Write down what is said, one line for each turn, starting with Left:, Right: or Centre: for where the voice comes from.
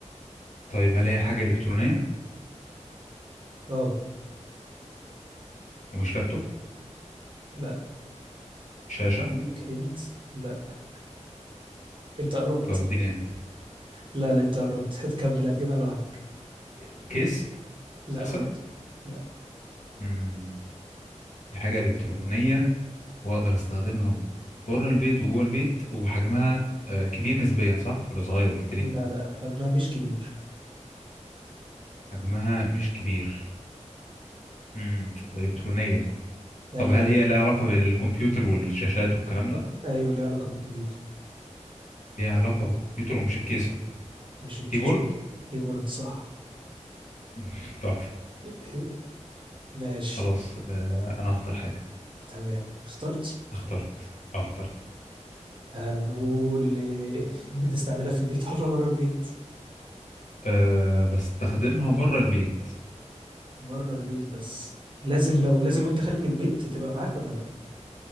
Left: طيب هل هي حاجه الكترونيه
Right: اه
Left: ومش لابتوب
Right: لا
Left: شاشه
Right: ليك هنت لا أنت قربت
Left: طب اديني هنت
Right: لا لا أنت قربت <laughs> هتكمل هتجيبها لوحدك
Left: الكيس
Right: لا
Left: كيسه
Right: برضه لا
Left: مم. دي حاجة إلكترونية وأقدر أستخدمها بره البيت وجوه البيت وحجمها آه، كبير نسبيا صح ولا صغير قلت لي
Right: لا لا حجمها مش كبير
Left: حجمها مش كبير امم وإلكترونية
Right: أيوه
Left: طب هل هي لها علاقة بالكمبيوتر والشاشات والكلام ده
Right: أيوه ليها علاقة بالكمبيوتر
Left: ليها علاقة بالكمبيوتر ومش الكيسة
Right: مش الكيسة
Left: كيبورد
Right: كيبورد صح
Left: <laughs> تحفة
Right: <laughs> ماشي
Left: خلاص آه، أنا هختار حاجة
Right: تمام اخترت
Left: اخترت اه اخترت
Right: هنقول إيه، <laughs> بتستعملها في البيت ولا بره البيت
Left: أه بستخدمها بره البيت
Right: بره البيت بس لازم لو لازم وانت خارج من البيت تبقى معاك ولا لا